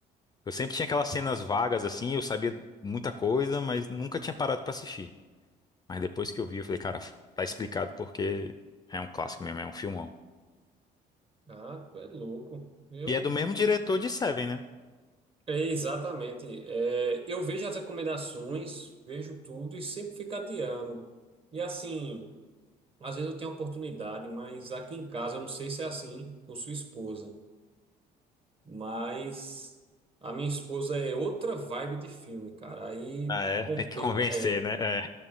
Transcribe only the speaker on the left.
Eu sempre tinha aquelas cenas vagas assim, eu sabia muita coisa, mas nunca tinha parado pra assistir. Mas depois que eu vi, eu falei, cara, tá explicado porque é um clássico mesmo, é um filmão.
E é do mesmo diretor de Seven, né?
Ah, é?
Tem que convencer,
né? É.